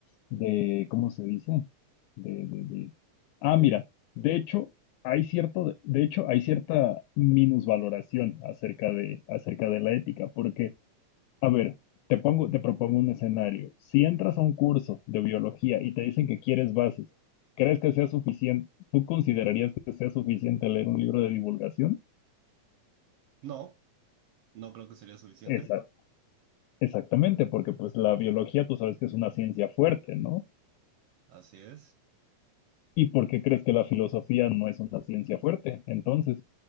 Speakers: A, on the left (about 80°); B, on the right (about 75°).
A: de, ¿cómo se dice? De, de, de- Ah, mira, de hecho, hay cierto, de hecho, hay cierta minusvaloración acerca de, acerca de la ética, porque, a ver, te pongo, te propongo un escenario. Si entras a un curso de biología y te dicen que quieres bases, ¿crees que sea suficiente? ¿Tú considerarías que sea suficiente leer un libro de divulgación?
B: No, no creo que sería suficiente.
A: Esa, exactamente, porque pues la biología tú sabes que es una ciencia fuerte, ¿no?
B: Así es.
A: ¿Y por qué crees que la filosofía no es una ciencia fuerte? Entonces,